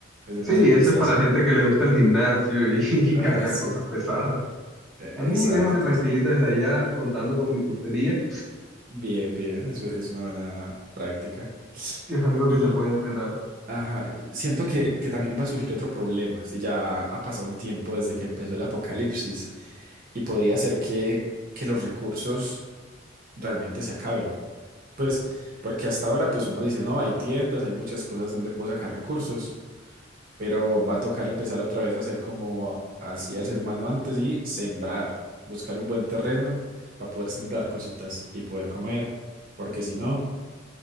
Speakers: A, on the right; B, in the centre.
A: Es una
B: Sí,
A: circunstancia.
B: eso es para gente
A: <laughs>
B: que le gusta el gimnasio y <laughs> y
A: Ajá,
B: cargar
A: sí.
B: cosas pesadas.
A: E-
B: A mí
A: Exacto.
B: déjame tranquilito
A: sí.
B: desde allá contando con mi puntería,
A: Bien, bien. Eso es una buena práctica.
B: <laughs> que es algo
A: Y
B: que se puede entrenar.
A: ajá, siento que, que también va a surgir otro problema. Si ya ha pasado un tiempo desde que empezó el apocalipsis y podría ser que, que los recursos realmente se acaben. Pues, porque hasta ahora, pues uno dice, no, hay tiendas, hay muchas cosas donde puedo sacar recursos. pero va a tocar empezar otra vez a hacer como hacía el ser humano antes y sembrar, buscar un buen terreno para poder sembrar cositas y poder comer, porque si no,